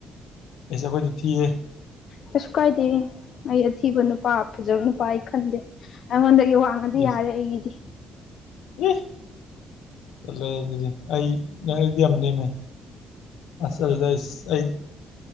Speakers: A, on the left; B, on the left.
A: ꯑꯁ ꯑꯩꯈꯣꯏꯗꯤ ꯊꯤ ꯍꯦ
B: ꯀꯩꯁꯨ ꯀꯥꯏꯗꯦ ꯑꯩ ꯑꯊꯤꯕ ꯅꯨꯄꯥ ꯐꯖꯕ ꯅꯨꯄꯥ ꯑꯩ ꯈꯟꯗꯦ ꯑꯩꯉꯣꯟꯗ ꯋꯥꯡꯉꯗꯤ
A: ꯑꯦꯁ
B: ꯌꯥꯔꯦ ꯑꯩꯒꯤꯗꯤ
A: ꯑꯦ ꯇꯜꯂꯦ ꯑꯗꯨꯗꯤ ꯑꯩ ꯅꯪ ꯑꯩꯗꯤ ꯌꯥꯝ ꯅꯦꯝꯃꯦ ꯑꯁ ꯑꯗꯨꯗꯤ ꯑꯁ